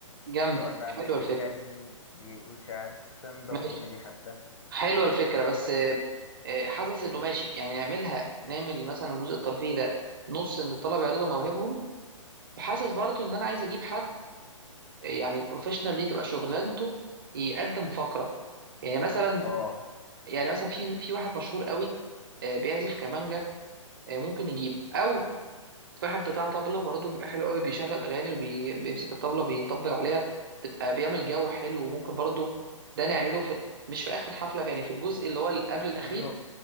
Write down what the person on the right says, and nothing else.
جامدة
حلوة
الفكرة
ماشي
حلوه الفكره بس آه، حاسس انه ماشي يعني نعملها نعمل مثلا الجزء الترفيهي ده نص ان الطلبه يعرضوا مواهبهم وحاسس برضو ان انا عايز اجيب حد يعني بروفيشنال دي تبقى شغلانته يقدم فقره يعني مثلا
يعني مثلا في في واحد مشهور قوي آه، بيعزف كمانجا آه، ممكن نجيب او في واحد بتاع طبله برضه بيبقى حلو قوي بيشغل اغاني وبيمسك الطبله بيطبل عليها تبقى بيعمل جو حلو وممكن برضه ده نعمله في مش في اخر حفله يعني في الجزء اللي هو اللي قبل
الاخير